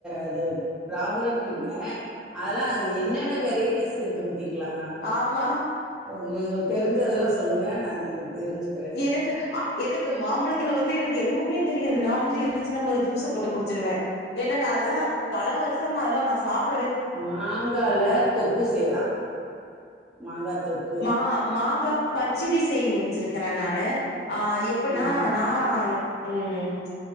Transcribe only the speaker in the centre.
அது ப்ராப்ளம் இன்றிங்க அதெல்லா என்னென்ன வெரைட்டிஸ் இருக்கு பாத்துக் பாத்திங்ளா
உ உங்களுக்கு தெரிஞ்சதெல்லா சொல்லுங்க நா உங்களுக்கு தெரிஞ்சு
மாங்கால தொக்கு செய்யலா மாங்கா தொக்
ம்.